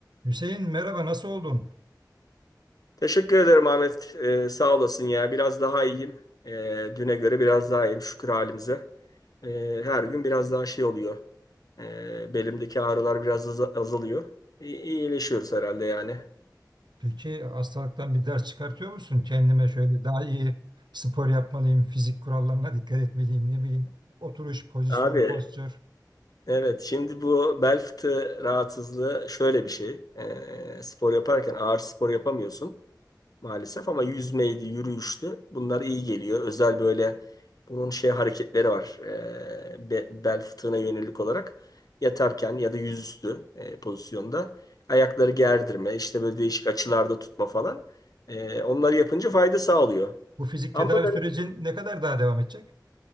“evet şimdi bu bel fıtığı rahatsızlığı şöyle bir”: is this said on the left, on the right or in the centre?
Left